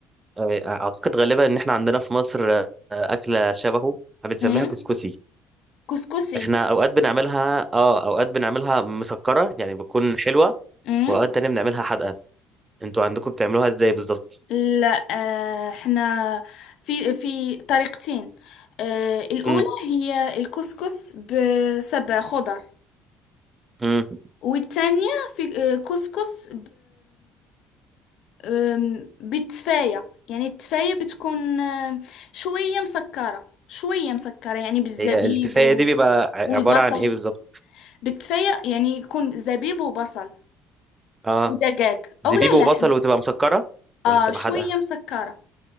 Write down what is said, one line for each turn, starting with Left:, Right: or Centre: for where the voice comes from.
Right: آه، أعتقد غالبا إن إحنا عندنا في مصر آه، أكلة شبهه بنسميها
Left: أمم.
Right: كسكسي
Left: كسكسي
Right: إحنا أوقات بنعملها آه أوقات بنعملها مسكرة يعني بتكون حلوة
Left: أمم.
Right: وأوقات تانية بنعملها حادقة أنتوا عندكم بتعملوها إزاي بالظبط؟
Left: لا آه، احنا في في طريقتين آه، الأولى
Right: امم
Left: هي الكسكس بسبع خضر
Right: امم
Left: والثانية في آه، كسكس أم، بالتفاية يعني التفاية بتكون أم، شوية مسكرة شوية مسكرة يعني بالزبيب
Right: هي التفاية
Left: و...
Right: دي بيبقى ع-
Left: والبصل
Right: عبارة عن ايه بالظبط
Left: بالتفاية يعني يكون زبيب وبصل
Right: اه
Left: ودجاج
Right: زبيب
Left: أو لا
Right: وبصل
Left: لحم
Right: وتبقى مسكرة
Left: آه
Right: ولا بتبقى
Left: شوية
Right: حادقة
Left: مسكرة